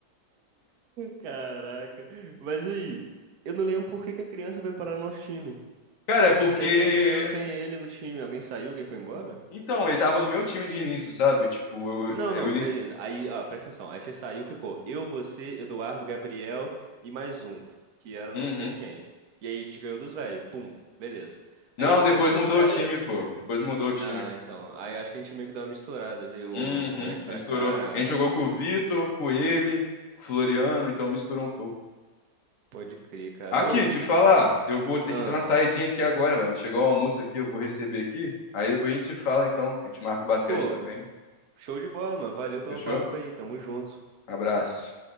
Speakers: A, on the right; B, on the left.
A: Caraca. Mas aí, eu não lembro por que que a criança vai parar no nosso time,
B: Cara, é porque.
A: sendo que a gente ganhou sem ele no time. Alguém saiu, alguém foi embora?
B: Então, ele tava no meu time de início, sabe? Tipo, eu,
A: Não,
B: eu
A: não,
B: ini-
A: beleza. Aí, ó, presta atenção. Aí você saiu, ficou eu, você, Eduardo, Gabriel e mais um, que era
B: Uhum.
A: não sei quem. E aí a gente ganhou dos velhos. Pum, beleza. Aí
B: Não,
A: a gente
B: depois
A: ganhou dos
B: mudou
A: velhos.
B: o time, pô. Depois mudou o time.
A: Ah, então. Aí acho que a gente meio que deu uma misturada. Veio o,
B: Uhum,
A: o moleque
B: misturou.
A: pra cá.
B: A gente jogou com o Vitor, com ele, com o Floriano, então misturou um pouco.
A: Pode crer, cara.
B: Aqui,
A: Ô,
B: te falar, eu vou ter
A: ah,
B: que dar uma saidinha aqui agora, velho. Chegou o almoço aqui, eu vou receber aqui. Aí depois a gente se fala, então. A gente marca o basquete
A: pô,
B: também.
A: show de bola, mano. Valeu pelo
B: Fechou?
A: papo aí. Tamo junto.
B: Abraço.